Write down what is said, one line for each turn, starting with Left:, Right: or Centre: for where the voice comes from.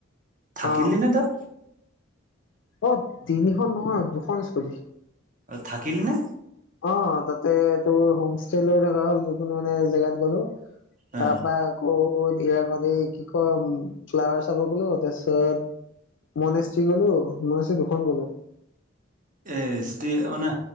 Right: থাকিলি
Left: অ
Right: নে তাত
Left: অ তিনিখন নহয় দুখন স্কুটি।
Right: অঁ থাকিলি নে।
Left: অ তাতে তোৰ হোম ষ্টেলৈ থা হ'ল যখোনি মানে জেগাত গ'লো
Right: অ
Left: তাৰপা আকৌ ধিৰাঙনি কি কয় উ ফ্লাৱাৰ চাব গলো তাৰপিছত। মণশ্ৰী গ'লো মনেশ্ৰী দুখন গ'লো
Right: এ ষ্টে মানে